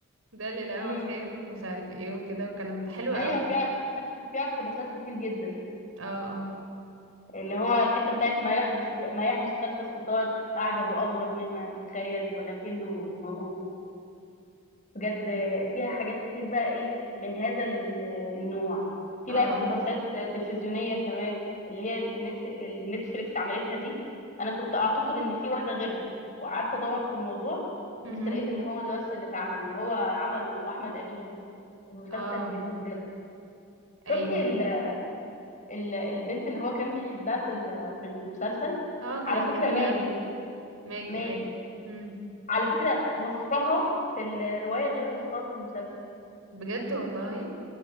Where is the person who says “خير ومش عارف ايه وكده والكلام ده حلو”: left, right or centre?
Right